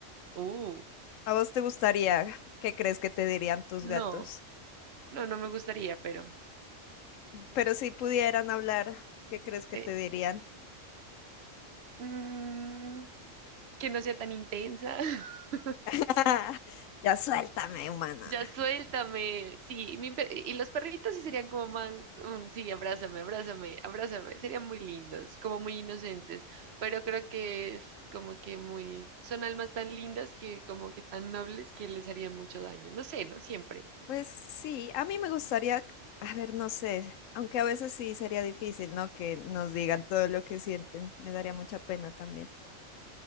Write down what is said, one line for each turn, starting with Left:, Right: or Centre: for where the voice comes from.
Right: Uh.
Left: ¿A vos te gustaría? ¿Qué crees que te dirían tus gatos?
Right: No, no, no me gustaría, pero
Left: Pero si pudieran hablar, ¿qué crees que
Right: eh,
Left: te dirían?
Right: mm, que no sea tan intensa. <laughs>
Left: <laughs> Ya suéltame, humana.
Right: Ya suéltame. Sí, mi per- y los perritos sí serían como más, mm, sí, abrázame, abrázame, abrázame. Serían muy lindos, como muy inocentes, pero creo que es como que muy, son almas tan lindas que como que tan nobles que les harían mucho daño. No sé, no siempre.
Left: Pues sí, a mí me gustaría, a ver, no sé, aunque a veces sí sería difícil, ¿no? Que nos digan todo lo que sienten. Me daría mucha pena también.